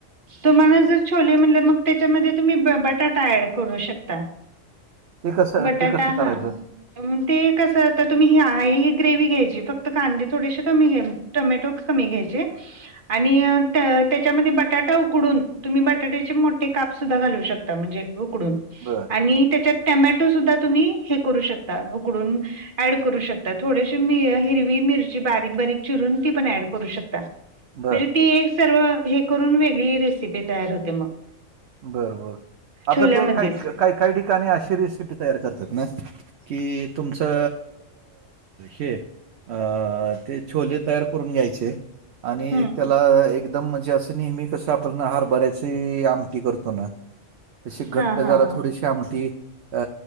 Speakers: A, on the right; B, on the right.
A: तुम्हाला जर छोले म्हणले मग त्याच्यामध्ये तुम्ही ब बटाटा ऍड करू शकता
B: ते कसं
A: बटाटा
B: ते कसं करायचं?
A: हा ते कसं आता तुम्ही ही आहे ग्रेवी घ्यायची फक्त कांदीे थोडीशी कमी घेल टोमॅटो कमी घ्यायचे आणि त्याच्यामध्ये बटाटा उकडून तुम्ही बटाट्याचे मोठे काप सुद्धा घालू शकता म्हणजे उकडून
B: बर
A: आणि त्याच्यात टमॅटो सुद्धा तुम्ही हे करू शकता उकडून ऍड करू शकता थोडेसे हिरवी मिरची बारीक बारीक चिरून ती पण ऍड करू शकता म्हणजे
B: बरं,
A: ती एक सर्व हे करून वेगळी रेसिपी तयार होते मग
B: बरबर आता
A: छोल्यामध्येच
B: ते काय काय काय ठिकाणी अशी रेसिपी तयार करतात ना कि तुमचं हे अ.. ते छोले तयार करून घ्यायचे आणि
A: हम्म
B: त्याला एकदम म्हणजे असं नेहमी कसं, ते आपल्याण हार भरायच आम की, करतो ना तशी घट्ट
A: हा हा
B: जराात
A: हा
B: थोडीशी आमटी. अ..